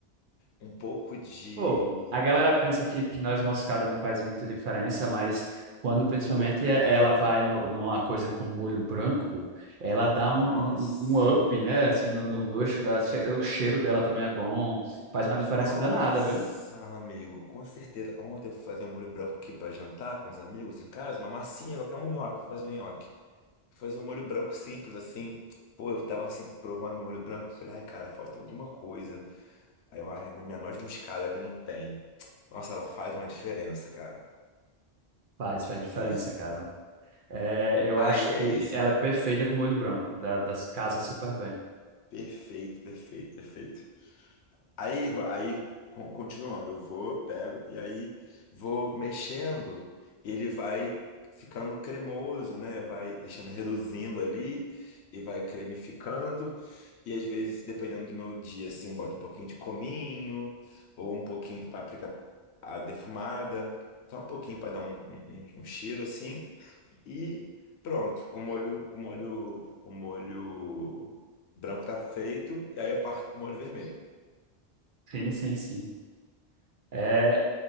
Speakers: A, on the left (about 80°); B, on the right (about 60°).
A: um pouco de
B: Pô, a galera pensa que, que noz moscada
A: hum,
B: não faz muita diferença, mas quando principalmente
A: Puta,
B: é-
A: cara.
B: ela vai no, numa coisa com molho branco, ela dá
A: Nossa.
B: um, um, um um up, né? Assim, no, no gosto, da, che- o cheiro dela também é bom,
A: Hum.
B: faz uma diferença
A: Nossa,
B: danada, viu?
A: amigo, com certeza. Ontem eu fui fazer um molho branco aqui pra jantar com os amigos em casa, uma massinha, colocar um nhoque, fazer um nhoque. Fazer um molho branco simples assim. Pô, eu tava assim, provando meu molho branco. Eu falei, ai, cara, falta alguma coisa. Aí eu, ai, minha noz moscada que não tem. Nossa, ela faz uma diferença, cara.
B: Faz, faz diferença,
A: É isso.
B: cara. É, eu
A: Aí
B: acho
A: é
B: que
A: isso.
B: ela é perfeita com molho branco, da, das casas super bem.
A: Perfeito, perfeito, perfeito. Aí, aí con- continuando, eu vou, pego e aí vou mexendo, e ele vai ficando cremoso, né? Vai deixando reduzindo ali e vai cremificando. E às vezes, dependendo do meu dia, assim, boto um pouquinho de cominho ou um pouquinho de páprica ah, defumada, só um pouquinho para dar um, um, um um cheiro assim e pronto, o molho, o molho, o molho branco tá feito e aí eu parto pro molho vermelho.
B: Sim, sim, sim. É,